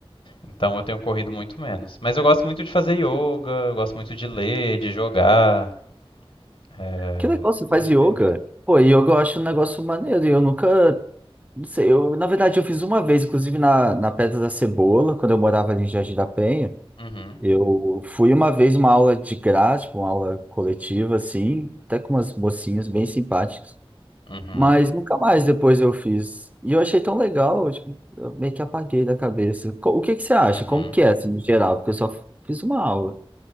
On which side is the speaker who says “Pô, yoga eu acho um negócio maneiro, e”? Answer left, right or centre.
Right